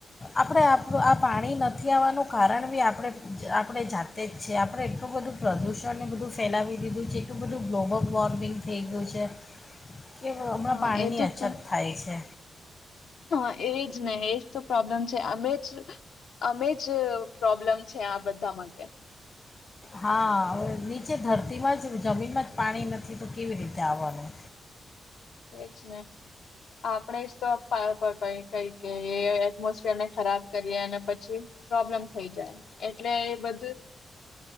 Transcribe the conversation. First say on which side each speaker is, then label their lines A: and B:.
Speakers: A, on the left (about 30°); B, on the left (about 75°).
A: આપણે આ પાણી નથી આવવાનું કારણ બી આપણે આપણે જાત.. તે જ છે, આપણે એટલું બધું પ્રદૂષણને બધું ફેલાવી દીધું છે, એટલું બધું ગ્લોબલ વોર્મિંગ થઈ ગયું છે <unintelligible> હમણાં
B: હા,
A: પાણીની
B: એ તો
A: અછત
B: ત-
A: થાય છે.
B: હા.. એજ.. ને એ.. પ્રોબ્લેમ છે અમે જ, અમે જ પ્રોબ્લેમ છે આ બધા માટે.
A: હા.. હવે.. નીચે ધરતીમાં જ જમીનમાં જ પાણી નથી તો કેવી રીતે આવવાનું?
B: એજ ને.. આપણે જ <unintelligible> તો કઈ કે એ એટમોસ્ફીયર ને ખરાબ કરીએ અને પછી પ્રોબ્લેમ થઈ જાય એટલે એ બધું..